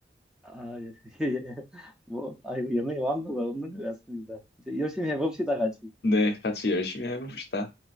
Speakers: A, in the centre; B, on the left.
A: 아, 예, 예. 예. 뭐, 아이고, 영의 완도가 없는 것 같습니다. 이제 열심히 해봅시다, 같이.
B: 네, 같이 열심히 해봅시다.